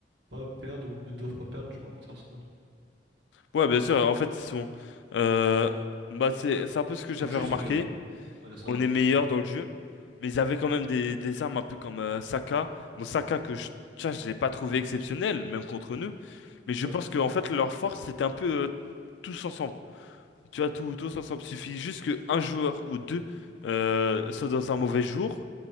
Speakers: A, on the right; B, on the left.
A: pas perdre ou ne doivent pas perdre, du moins contre Arsenal.
B: Ouais, bien sûr. En fait, ils sont. euh, bah, c'est, c'est un peu ce que j'avais
A: Dans le jeu,
B: remarqué.
A: ils sont meilleurs. On va dire ça.
B: On est meilleur dans le jeu, mais ils avaient quand même des, des armes un peu comme euh, Saka. Bon, Saka que je, tiens, je l'ai pas trouvé exceptionnel, même contre nous. Mais je
A: Ouais.
B: pense que en fait, leur force, c'était un peu euh, tous ensemble. Tu vois, tout, tous ensemble. Il suffit juste qu'un joueur ou deux euh, soit dans un mauvais jour